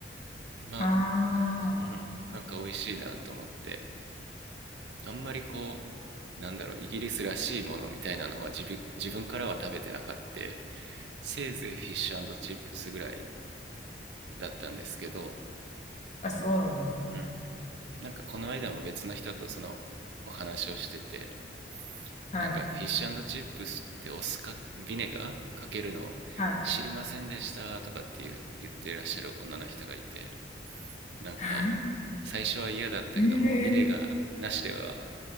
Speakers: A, on the right; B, on the left.
A: まあ
B: あ
A: うんなんか美味しいなと思って
B: あ、
A: あんまりこうなんだろうイギリスらしいものみたいなのは自分自分からは食べてなかったせいぜいフィッシュチップスぐらいだったんですけど、
B: あ、そうなんですね。
A: うん、なんかこの間も別の人とそのお話をしてて
B: はい。
A: なんかフィッシュチップスってお酢かビネガーかけるの知りませんでしたとかっていう言ってらっしゃる女の人がいて
B: はい。
A: なんか最初は嫌だったけどもうビネガーなしでは
B: <laughs> ええ